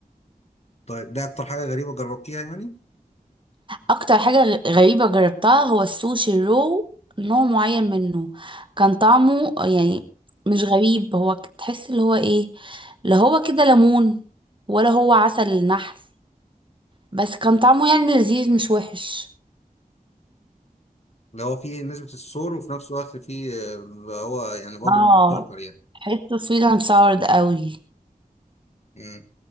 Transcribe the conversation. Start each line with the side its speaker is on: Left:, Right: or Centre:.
Left: طيب ده اكتر حاجه غريبه جربتيها يعني
Right: اكتر حاجة غ- غريبة جربتها هو السوشي الرو نوع معين منه كان طعمه يعني مش غريب هو ك- تحس اللي هو ايه لا هو كده ليمون ولا هو عسل النحل بس كان طعمه يعني لذيذ مش وحش
Left: اللي هو فيه نسبه الصور وفي نفس الوقت فيه آه، اللي هو يعني برضه
Right: اه
Left: مبتكر يعني
Right: تحسه سويت اند ساور قوي
Left: امم